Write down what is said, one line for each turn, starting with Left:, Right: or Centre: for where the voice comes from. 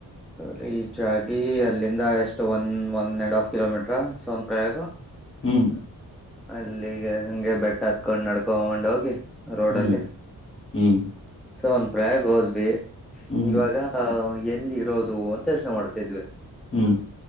Centre: ರೀಚ್ ಆಗಿ ಅಲ್ಲಿಂದ ಎಷ್ಟು one one and half kilometre ಸೌನ್ ಪ್ರಯೋಗ
Left: ಹ್ಮ್
Centre: ಅಲ್ಲಿಗೆ ಹಂಗೆ ಬೆಟ್ಟ ಹತ್ಕೊಂಡ್ ನಡ್ಕೋಂಡ್ ಹೋಗಿ ರೋಡಲ್ಲಿ
Left: ಹ್ಮ್ ಹ್ಮ್
Centre: ಸೊ ಒಂದ್ ಪ್ರಯಾಗ ಹೋದ್ವಿ
Left: ಹ್ಮ್
Centre: ಇವಾಗಾ ಎಲ್ಲಿ ಇರೋದು ಅಂತ ಯೋಚನೆ ಮಾಡ್ತಿದ್ವಿ
Left: ಹ್ಮ್